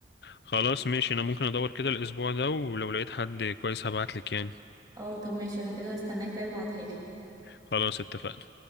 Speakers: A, on the left (about 60°); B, on the right (about 20°).
A: خلاص ماشي أنا ممكن أدور كده الأسبوع ده ولو لقيت حد كويس هبعتلك يعني
B: اه طب ماشي انا كده هستناك طيب ابعتها لي
A: خلاص اتفقنا